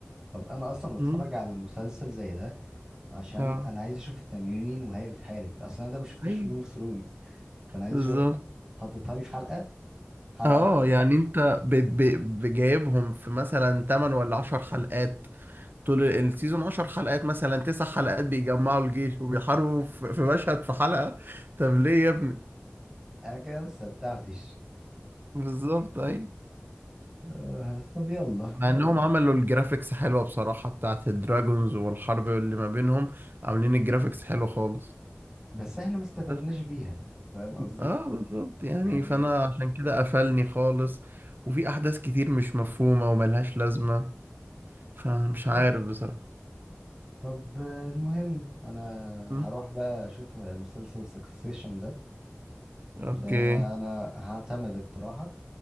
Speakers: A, on the right; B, on the right.
A: طب أنا أصلا بتفرج
B: مم.
A: على مسلسل زي ده عشان
B: اه
A: انا عايز اشوف التنانين وهي بتحارب اصلا انا ده ما شفتوش
B: أيوه
A: في جيم اوف ثرونز فانا عايز
B: بالظبط
A: اشوفها حطيتها لي في حلقه حلقه
B: اه
A: واحده
B: يعني أنت ب- ب- بجايبهم في مثلا 8 ولا 10 حلقات طول السيزون 10 حلقات مثلا تسع حلقات بيجمعوا الجيش وبيحاربوا في في مشهد في حلقة طب ليه يا ابني
A: انا كده ما استمتعتش
B: بالظبط اي
A: آه، طب يلا
B: مع
A: يلا
B: انهم عملوا الجرافيكس حلوة بصراحة بتاعت الدراجونز والحرب اللي ما بينهم عاملين الجرافيكس حلو خالص
A: بس احنا ما استفدناش
B: بس-
A: بيها فاهم قصدي
B: اه بالظبط يعني
A: يعني
B: فانا عشان كده قفلني خالص وفي احداث كتير مش مفهومة وملهاش لازمة فمش
A: طب
B: عارف بصراحة
A: طب آه، المهم انا
B: م.
A: هروح بقى اشوف مسلسل سكسيشن ده
B: اوكي
A: زي انا هعتمد اقتراحك